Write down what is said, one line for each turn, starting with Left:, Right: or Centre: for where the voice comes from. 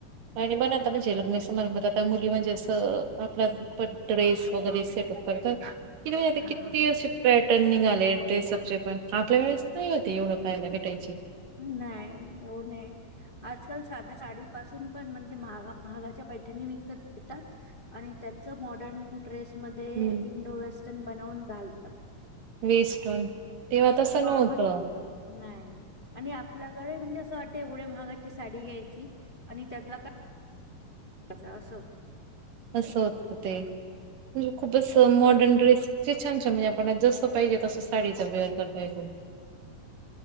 Right: आणि मण आता म्हणजे लग्न समारंभात आता मुली म्हणजे असं आपला पण ड्रेस वगैरे सेटअप करतात. किती
Left: हा
Right: किती शिपईट ट्रेंडिंग आले ड्रेसपचे पण आपल्या वेळेस नाही होते एवढं पाहाला भेटय
Left: नाही हो नाही आजकाल साध्या- साडी पासून पण म्हणजे महा महागाच्या पैठ्यांनी विकत घेतात आणि त्याच मॉडर्न- ड्रेस मध्ये
Right: हम्म
Left: इंडो वेस्टर्न बनवून घालत- हत्
Right: वेस्टून तेव्हा तस नव्हतं.
Left: बा आपण नाही. आणि आपल्याकडे म्हणजे असं- तेवढ्या महागाची साडी घ्यायची आणि त्यातला का- माझ असो-
Right: असं होत ते म्हणजे खूपच- मॉडर्न ड्रेसचे- छान छान म्हणजे आप जस पाहिजे तसं साडीच वेअर करता येतो न.